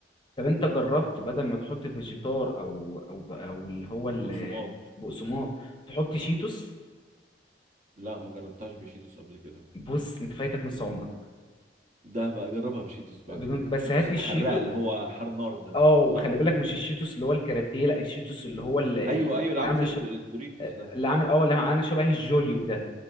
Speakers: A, on the left; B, on the right.
A: طب انت جربت بدل ما تحط فيجيتار او او ب- او اللي هو ال-
B: بقسماط
A: البقسماط تحط شيتوس
B: لا ما جربتهاش بشيتوس قبل كده
A: بص انت فايتك نص عمرك
B: ده بقى اجربها بشيتوس بعد
A: بدون
B: كده
A: بس
B: شيتوس
A: هات الشيتو
B: الحراق اللي هو حار نار ده
A: اه وخلي
B: صح
A: بالك مش الشيتوس اللي هو الكاراتيه لا الشيتوس اللي هو اللي
B: ايوه ايوه اللي عامل
A: عامل
B: زي الد- الدوريتوس ده
A: اللي عامل اه اللي عامل شبه الجوليو ده